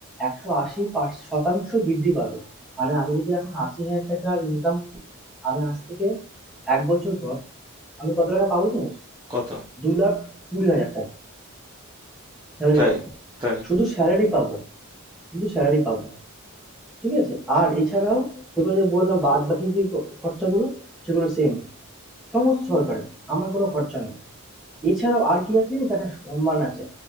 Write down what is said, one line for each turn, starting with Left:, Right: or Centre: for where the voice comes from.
Centre: ১৮০ পারস শতাংশ বৃদ্ধি পাবে। মানে আমি যদি এখন ৳৮০,০০০ ইনকাম আমি আজ থেকে ১ বছর পর আমি কত টাকা পাবো জানিস?
Right: কত
Centre: ৳২,২০,০০০ স্যালারি
Right: তাই
Centre: পাবো
Right: তাই
Centre: শুধু স্যালারি পাবো শুধু স্যালারি পাবো ঠিক আছে আর এছাড়াও তোকে যে বললাম বাদ বাকি যে খ- খরচাগুলো সেগুলো সেম সমস্ত সরকারের আমার কোনো খরচা নেই এছাড়াও আর কি আছে জানিস একটা সম্মান আছে